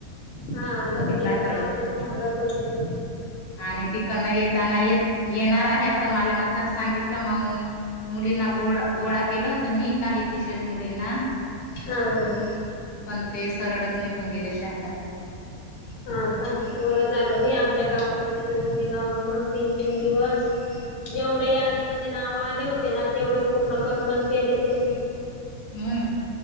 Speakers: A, on the left; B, on the left.
A: हा लंगडीला
B: सुमित्राकडे
A: चालते सांगत होते
B: आणि तिकडन येत त्यांना य येणार आहे असं मला मा त्र सांगित मग मुलींना गोड गोळा केलं होत मी काही किशोरी मुलींना
A: हम हम्
B: पण ते सरळच निघून गेले शहादाला
A: हा का बरं झालं भई आमच्या गावामध्ये तर जुने गाव म्हणून तीन तीन दिवस जेवढे यादीमध्ये नाव आले होते ना तेवढे पूर्ण करूनच गेले ते
B: हम्म